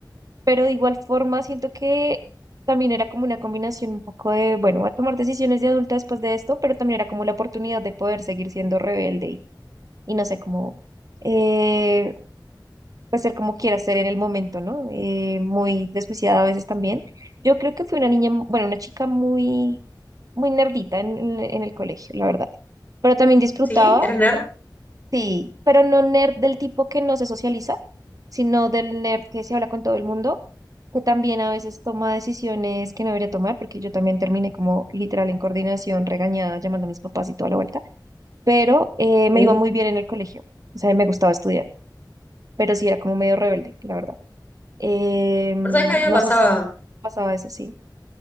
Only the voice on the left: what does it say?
¿Sí? ¿Eras nerd?
Uh.
Bueno, sabés que a mí me pasaba,